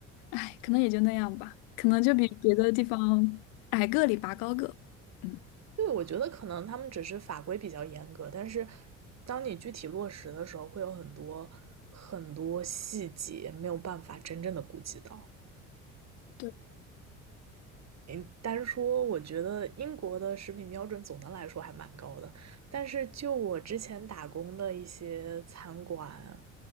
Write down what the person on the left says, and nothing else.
哎，可能也就那样吧，可能就比别的地方矮个里拔高个。嗯。
对。